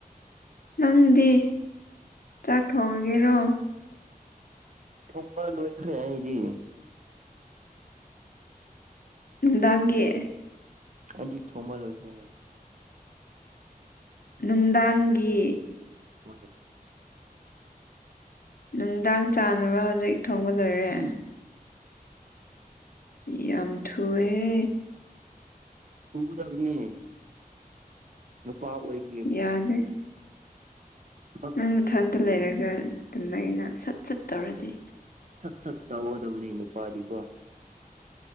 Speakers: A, on the left (about 70°); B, on the right (about 55°).
A: ꯅꯪꯗꯤ ꯆꯥꯛ ꯊꯣꯡꯉꯒꯦꯔꯣ
B: ꯊꯣꯡꯕ ꯂꯣꯏꯈ꯭ꯔꯦ ꯑꯩꯗꯤ
A: ꯅꯨꯡꯗꯥꯡꯒꯤ
B: ꯑꯩꯗꯤ ꯊꯣꯡꯕ ꯂꯣꯏꯈ꯭ꯔꯦ ꯍꯥꯏꯕ
A: ꯅꯨꯡꯗꯥꯡꯒꯤ
B: ꯍꯣꯏ
A: ꯅꯨꯡꯗꯥꯡ ꯆꯥꯅꯕ ꯍꯧꯖꯤꯛ ꯊꯣꯡꯕ ꯂꯣꯏꯔꯦ
B: ꯎꯝ
A: ꯌꯥꯝ ꯊꯨꯢꯍꯦ
B: ꯊꯨꯒꯗꯕꯅꯤ ꯅꯨꯄꯥ ꯑꯣꯏꯕꯒꯤ
A: ꯌꯥꯗꯦ
B: ꯊꯨꯕꯅꯤ ꯊꯕꯛ
A: ꯅꯪ ꯅꯊꯟꯗ
B: ꯊꯨꯕꯅꯤ
A: ꯂꯩꯔꯒ ꯑꯗꯨꯃꯥꯢꯅ ꯁꯠ ꯁꯠ ꯇꯧꯔꯗꯤ
B: ꯁꯠ ꯁꯠ ꯇꯧꯒꯗꯕꯅꯤ ꯅꯨꯄꯥꯗꯤꯀꯣ